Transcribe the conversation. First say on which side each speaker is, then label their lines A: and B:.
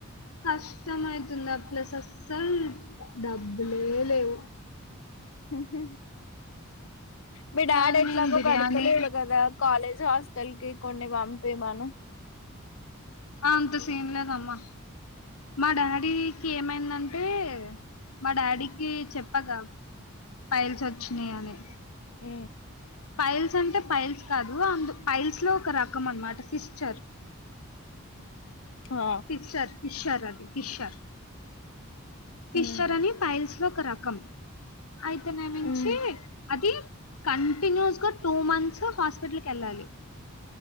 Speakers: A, on the left; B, on the left.
A: కష్టం అయితుంద్ ఆ ప్లస్ అస్సల్ డబ్బులే లేవు.
B: హ్ హ్ మీ డాడీ
A: కానీ
B: ఎట్లాగో
A: నేను బిర్యానీ
B: కడ్తలేడు కదా కాలేజ్, హాస్టల్కి కొన్ని పంపీమను.
A: ఆ అంత సీన్ లేదమ్మా మా డాడీకి ఏమైందం టే మా డాడీకి చెప్పాగా ఫైల్స్ వచ్చినయి అని
B: మ్
A: పైల్స్ అంటే పైల్స్ కాదు అందు ఫైల్స్లో ఒక రకం అన్మాట ఫిషర్
B: ఆ
A: ఫిషర్ ఫిషర్ అది ఫిషర్ ఫిషర్
B: ఉమ్
A: అని ఫైల్స్ లో ఒక రకం అయితే నేమించీ
B: ఉమ్
A: అది కంటిన్యూస్గా టూ మంత్స్ హాస్పిటల్కెళ్ళాలి.